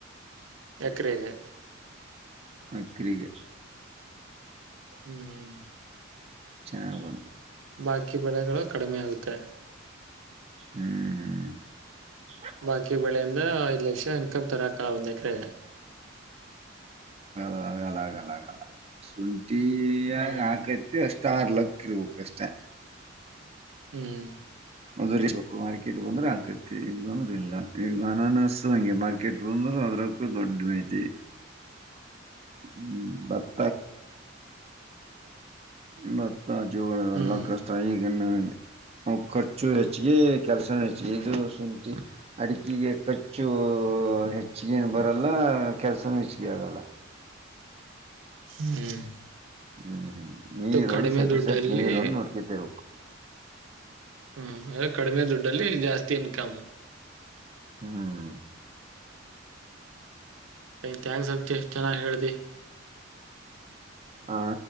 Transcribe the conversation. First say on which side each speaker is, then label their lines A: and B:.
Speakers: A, on the right; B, on the right.
A: ಎಕ್ರೇಗೆ
B: ಎಕರೆಗೆ
A: ಹ್ಮ್
B: ಚೆನ್ನಾಗಿ ಬಂದ್ರೆ
A: ಬಾಕಿ ಬೆಳೆಗಳು ಕಡಿಮೆ ಆಗುತ್ತೆ
B: ಹ್ಮ್ ಹ್ಮ
A: ಬಾಕಿ ಬೆಳೆ ಅಂದ್ರ ಐದ ಲಕ್ಷ ಇನ್ಕಮ್ ತರಕ್ ಒಂದು ಎಕರೆಗೆ
B: ಅಗಲ್ ಅಗಲ್ ಅಗಲ್ ಆಗಲ್ಲ ಸುಲ್ <unintelligible>
A: ಹ್ಮ್
B: ಲಕ್ ಇರ್ಬೇಕಷ್ಟೆ.
A: ಹ್ಮ್
B: <unintelligible> ಇರ್ಬೇಕು ಮಾರ್ಕೆಟ್ ಬಂದ್ರೆ ಆಕತಿ ಇಲ್ಲ ಅಂದ್ರ ಇಲ್ಲ ಈಗ ಅನನ್ನಿಸಸ ಹಂಗೆ ಮಾರ್ಕೆಟ್ ಬಂದ್ರರು ಅದ್ರಕ್ಕೂ ದೊಡ್ಡ ಮೇತಿ. ಹ್ಮ್ ಬತ್ <unintelligible> ಜೋಳ
A: ಹ್ಮ್
B: ಎಲ್ಲ ಕಷ್ಟ ಈಗಿನ <unintelligible> ಖರ್ಚು ಹೆಚ್ಚಿಗೆ ಕೆಲಸ ಹೆಚ್ಚಿಗೆ ಇದು ಶುಂಠಿ ಅಡಿಕೆಗೆ ಖರ್ಚು ಊ ಹೆಚ್ಚಿಗೆೇನು ಬರಲ್ಲ ಕೆಲಸನ ಹೆಚ್ಚಿಗೆ ಆಗಲ್ಲ.
A: ಹ್ಮ್
B: <unintelligible> ನೀರು
A: ಕಡಿಮೆ
B: ಒಂದ್ <unintelligible>
A: ದುಡ್ಡಲ್ಲಿ
B: ನಿರೊಂದ್ ನೋಡ್ಕೆಂತಿರಬೇಕು.
A: ಹ್ಮ <unintelligible> ಕಡಿಮೆ ದುಡ್ಡಲ್ಲಿ ಜಾಸ್ತಿ ಇನ್ಕಮ್.
B: ಹ್ಮ್
A: ಥ್ಯಾಂಕ್ಸ್ <unintelligible> ಚೆನ್ನಾಗ್ ಹೇಳ್ದಿ.
B: ಹ್ಹಾ